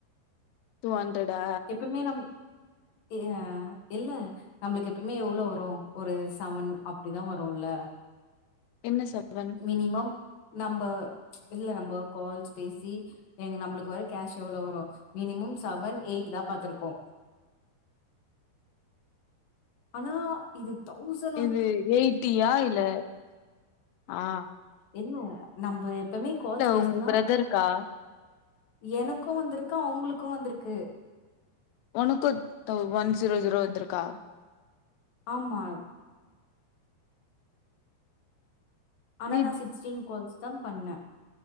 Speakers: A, on the left; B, on the left.
A: டு ஹண்ட்ரட்டா
B: எப்போமே நம் அ இல்ல நம்ளுக்கு எப்பவுமே எவ்ளோ வரு ஒரு சவன் அப்டிதா வரு இல்ல
A: என்ன செவ்வன்
B: மினிமம் நம்ப இல்ல நம்ப கால்ஸ் பேசி ஏங்க நம்மளுக்கு வர கேஷ் எவ்ளோ வரு மினிமம் செவன் எயிட் தா பாத்துருக்கோ ஆனா இது தொவ்சன்
A: இது எயிட்டியா இல்ல அ
B: இல்ல நம்ப எப்போமே கால்ஸ் பேசுனா
A: உங்க பிரதருக்கா
B: எனக்கு வந்துருக்கு அவுங்களுக்கு வந்துருக்கு
A: ஒனக்கு ஒன் ஜீரோ ஜீரோ வந்திருக்கா
B: ஆம்மா ஆனா
A: நீ
B: நா சிக்ஸ்டீன் கால்ஸ் தா பண்ணே